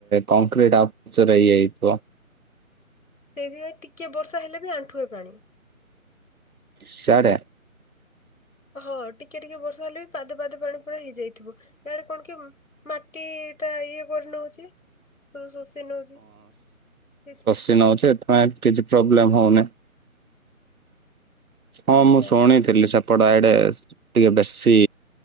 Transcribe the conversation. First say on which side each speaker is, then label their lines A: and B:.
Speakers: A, on the right; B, on the left.
A: କଂକ୍ରିଟ୍ ଆଉ ପିଚୁରେ ଇଏ ହେଇଥିବ।
B: ସେଇଥିପାଇଁ ଟିକିଏ ବର୍ଷା ହେଲେ ବି ଆଣ୍ଠୁଏ ପାଣି।
A: ସ୍ୟାଡେ।
B: ହଁ ଟିକେ ଟିକେ ବର୍ଷା ହେଲେ ବି ପାଦେ ପାଦେ ପାଣି ପୁରା ହେଇଯାଇଥିବ ୟଆଡେ କଣ କି ମାଟି ଟା ଇଏ କରିନୋଉଚି ସବୁ ଶୋଷି ନୋଉଚି ସେଇଥି
A: ସି ନୋଉଛି ଏଥିପାଇଁ କିଛି ପ୍ରୋବ୍ଲେମ ହଉନି। ହଁ
B: ଆଜ୍ଞା
A: ମୁଁ ଶୁଣିଥିଲି ସେପଟ ଆଡେ ଟିକେ ବେଶୀ